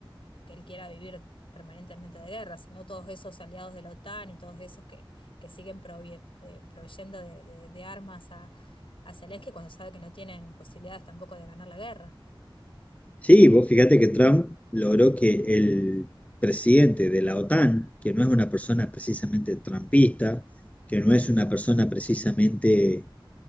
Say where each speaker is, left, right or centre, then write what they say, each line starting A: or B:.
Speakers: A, on the left (about 75°); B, on the left (about 15°).
A: que él quiera vivir permanentemente de guerra, sino todos esos aliados de la OTAN y todos esos que, que siguen provie- eh, proveyendo de, de- de armas a, a Zelensky cuando sabe que no tienen posibilidades tampoco de ganar la guerra.
B: Sí, vos fíjate que Trump logró que el presidente de la OTAN, que no es una persona precisamente trumpista, que no es una persona precisamente